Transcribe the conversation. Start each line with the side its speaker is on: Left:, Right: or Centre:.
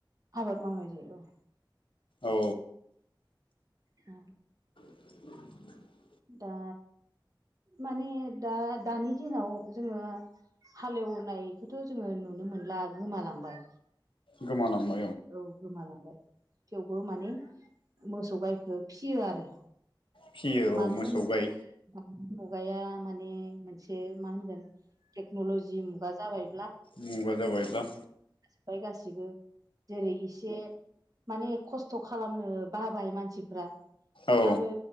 Right: आबाद मावनाय जायो औ।
Left: औ
Right: ओ
Left: <inaudible>
Right: दा माने दा दानि दिनाव जोङो हालेवनायखौथ' जोङो नुनो मोनला गोमालांबाय
Left: गोमालांबाय
Right: औ गोमालांबाय थेवबो माने मोसौ गायखो फियो आरो।
Left: फियो औ
Right: मानो
Left: मोसौ
Right: होनबा
Left: गाय
Right: मुगाया माने मोनसे मा होनगोन टेक्न'लजि मुगा जाबाय
Left: मुगा जाबाय बा।
Right: फ्राय गासिबो जेरै इसे माने खस्थ' खालामनो बाबाय मानसिफ्रा
Left: औ
Right: आरो